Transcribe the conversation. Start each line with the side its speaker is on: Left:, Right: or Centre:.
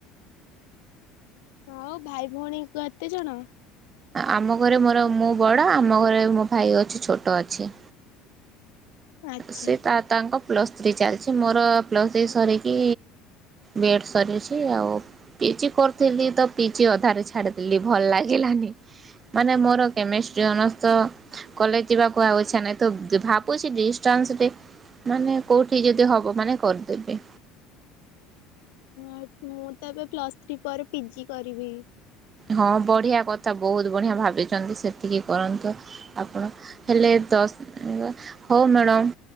Left: ହଁଉ ଭାଇ ଭଉଣୀ ଏତେ ଜଣ?
Right: ଆମ ଘରେ ମୋର ମୁଁ ବଡ ଆମ ଘରେ ମୋ ଭାଇ ଅଛି ଛୋଟ ଅଛି।
Left: ଆଚ୍ଛା
Right: ସେ ତା ତାଙ୍କ ପ୍ଲସ୍ ଥ୍ରୀ ଚାଲିଛି। ମୋର ପ୍ଲସ୍ ଥ୍ରୀ ସରିକି ବିଏଡ଼୍ ସରିଛି ଆଉ ପିଚ କରିଥିଲି ତ ପିଚ ଅଧାରେ ଛାଡ଼ିଥିଲି ଭଲ ଲାଗିଲାନି। ମାନେ ମୋର କେମିଷ୍ଟ୍ରି ଅନର୍ସ ତ କଲେଜ ଯିବାକୁ ଆଉ ଇଚ୍ଛା ନାହିଁ। ତ ଭାବୁଛି ଦି ଟାନସ ରେ ମାନେ କୋଉଠି ଯଦି ହବ ମାନେ କରିଦେବି।
Left: ହଁ ମୁଁ ତ ଏବେ ପ୍ଲସ୍ ଥ୍ରୀ ପରେ ପିଜି କରିବି।
Right: ହଁ ବଢ଼ିଆ କଥା ବହୁତ ବଢ଼ିଆ ଭାବିଛନ୍ତି। ସେତିକି କରନ୍ତୁ। ଆପଣ ହେଲେ ଦଶ ହଉ ମ୍ୟାଡ଼ମ୍